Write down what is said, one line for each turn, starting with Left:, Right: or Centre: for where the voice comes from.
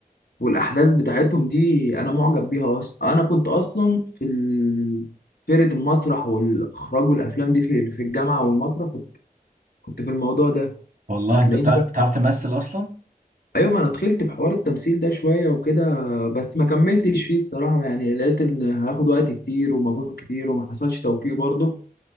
Left: والاحداث بتاعتهم دي انا معجب بيها اصلا انا كنت اصلا في ال- فرقه المسرح والاخراج والافلام دي في في الجامعه والمسرح كنت كنت في الموضوع ده
Right: والله
Left: هتلاقيني
Right: انت بتع-
Left: بقى
Right: بتعرف تمثل اصلا
Left: ايوه ما انا دخلت في حوار التمثيل ده شويه وكده بس ما كملتش فيه الصراحه يعني لقيت ان هاخد وقت كتير ومجهود كتير وما حصلش توفيق برضه